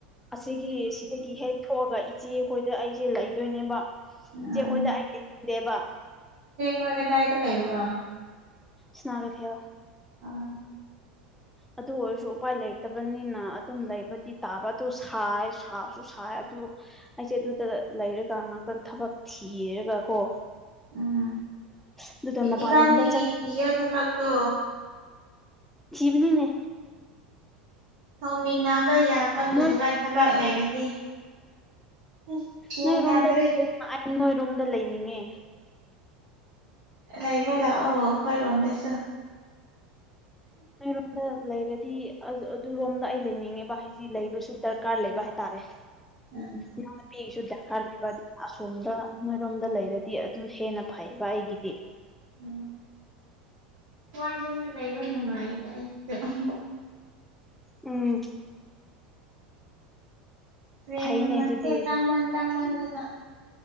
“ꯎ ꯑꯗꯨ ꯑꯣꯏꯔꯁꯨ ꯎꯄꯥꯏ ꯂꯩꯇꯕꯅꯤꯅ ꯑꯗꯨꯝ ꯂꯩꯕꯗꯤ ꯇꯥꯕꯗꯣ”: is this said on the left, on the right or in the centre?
Centre